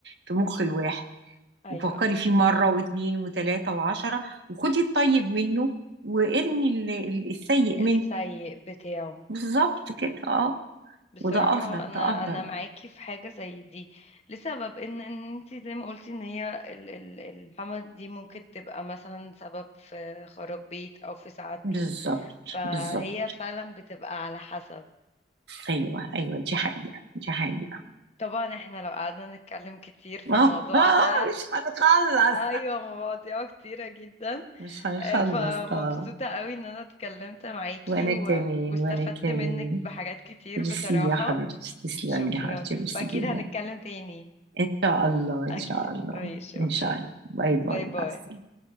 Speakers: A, on the right (about 75°); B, on the left (about 35°).
A: في مخ الواحد
B: ايوه
A: وفكري فيه مرة واثنين وثلاثة وعشرة وخدي الطيب منه وارمي ال- ال- السيء
B: السيء
A: منه
B: بتاعه
A: بالظبط كده اه
B: بصراحة
A: وده افضل
B: انا
A: ده افضل
B: انا معاكي في حاجة زي دي لسبب ان ان انت زي ما قلتي ان هي ال- ال- الحما دي ممكن تبقى مثلا سبب في خراب بيت او في سعادته
A: بالظبط
B: فهي
A: بالظبط
B: فعلا بتبقى على حسب
A: ايوه ايوه دي حقيقة دي حقيقة
B: طبعا احنا لو قعدنا نتكلم كتير في
A: <laughs>
B: الموضوع
A: اه
B: ده
A: مش هنخلص
B: ايوه مواضيع كتيرة جدا
A: مش هنخلص
B: آه، فمبسوطة
A: اه
B: قوي ان انا اتكلمت معاكي
A: وانا
B: و...
A: كمان
B: واستفدت
A: وانا كمان
B: منك بحاجات كتير
A: ميرسي
B: بصراحة
A: يا حبيبتي تسلمي
B: شكرا
A: يا حبيبتي ميرسي
B: واكيد
A: جدا
B: هنتكلم تاني
A: ان شاء الله ان
B: اكيد
A: شاء الله
B: ماشي اوكي
A: ان شاء الله باي
B: باي
A: باي
B: باي
A: مع السلامه